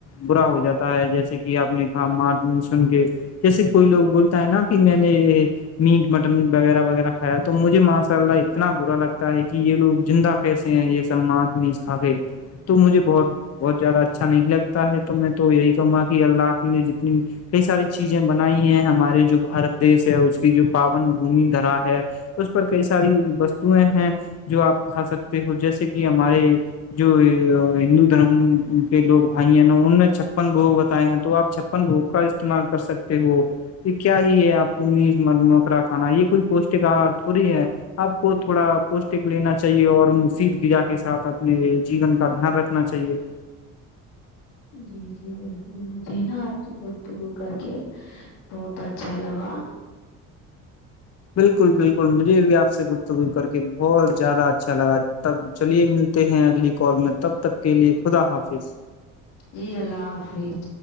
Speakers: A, on the left (about 40°); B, on the left (about 85°).
A: برا ہو جاتا ہے جیسے کہ آپ نے کہا مار سن کے جیسے کوئی لوگ بولتا ہے نا کہ میں نہیں میٹ مٹن وغیرہ وغیرہ کھایا تو مجھے ماشاء اللہ اتنا برا لگتا ہے کہ یہ لوگ زندہ کیسے ہیں یہ سب مس مس کھا گئے تو مجھے بہت بہت زیادہ اچھا نہیں لگتا ہے تو میں تو یہی کہوں گا کہ اللہ کے لیے جتنی کئی ساری چیزیں بنائی ہیں ہمارے جو بارت دیش ہے اس کی جو پاون بھمی دھرا ہے اس پر کئی ساری وستویں ہیں جو آپ کھا سکتے ہو جیسے کہ ہمارے جو ہندو دھرم کے لوگ بھائی ہیں نا ان نے چھپن بو بتائے ہیں تو آپ اپن بھوک کا استعمال کر سکتے ہو یہ کیا ہی ہے آپ میز مکرا کانا یہ کوئی پوشٹک آہار تھوڑی ہے آپ کو تھوڑا پوشٹک لینا چاہیے اور مفید غرذا کے سھ اپنے جین کا دھیان رکھ نا چاہیے
B: جی جی بالکل مجھے نا آپ سے گفتگو کر کے بہت اچھا لگا
A: بالکل بالکل مجھے بھی آپ سے گپتگ کر کے بہت زیادہ اچھا لگا تب چلیے ملتے ہیں اگلی کال میں تب تک کے لیے خدا حافظ
B: جی اللہ حافظ